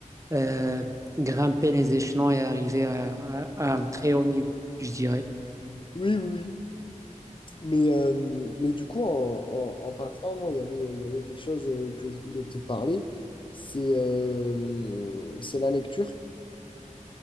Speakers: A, on the right; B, on the left.
A: euh, grimper les échelons et arriver à, à- à un très haut niveau, je dirais.
B: Oui, oui, oui. Mais, euh, mais du coup, en, en, en passant, moi, il y avait, il y avait quelque chose euh, que je voulais te parler. C'est euh, c'est la lecture.